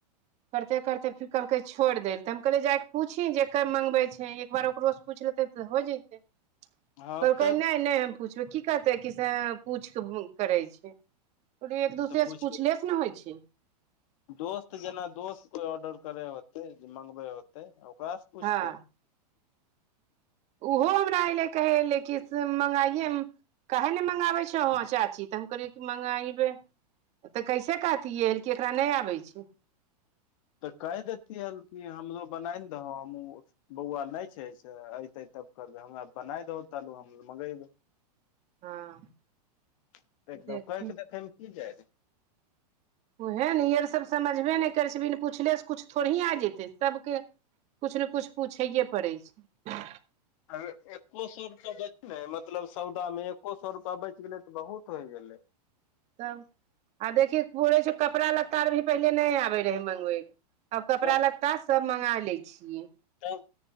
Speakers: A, on the right; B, on the left.
A: करते करते फेर कहलकै छोड़ि देल तऽ हम कहलियै जा कऽ पूछही जेकर मङ्गबै छै एक बार ओकरोसँ पूछि लेतै तऽ हो जतै
B: हँ
A: कहलकै
B: तब
A: नहि नहि हम पूछबै की कहतै कि से पूछि के करै छै कोनी एक दूसरे
B: तऽ पूछ
A: से पूछले से ने होइ छै
B: दोस्त जेना दोस्त कोइ ऑर्डर करे होतै जे मंगबै होतै ओकरा पूछते
A: हँ उहो हमरा अऐलै कहै लै कि से मँगाइए काहे न मँंगाबै हो चाची तऽ हम कहलियै कि मँंगाइबे तऽ कैसे कहतियै कि एकरा नहि आबै छै
B: तऽ कहि देतियै कि हमरो बनाय ने दहो त हमहु बौआ नइ छै से अयतै तब करबै हमरा बनाय दहो तलू हम मगेबै
A: हँ
B: <unintelligible>
A: देखी
B: देखैमे की जाय
A: उएह ने ईअर सब समझबे नहि करै छै बिन पुछलेसँ किछु थोड़ ही आ जेतै सभके कूछ न कुछ पूछैए पड़ै छै
B: अ एक्को सए रुपैआ बचलै मतलब सौदामे एक्को सए रुपैआ बचि गेलै तऽ बहुत होइ गेलै ने
A: तब आ देखिय पूरे छै कपड़ा लता आर भी पहिले नहि आबै रहै मँंगबै लए आब कपड़ा
B: तब
A: लत्ता सब मंगा ले छियै
B: तब